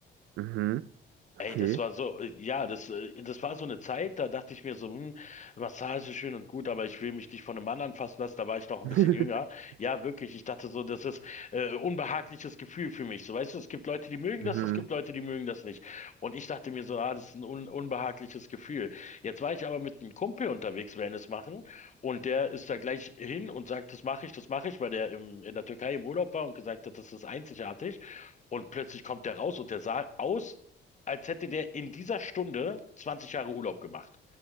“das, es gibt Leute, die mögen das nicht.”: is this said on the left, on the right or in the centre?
Left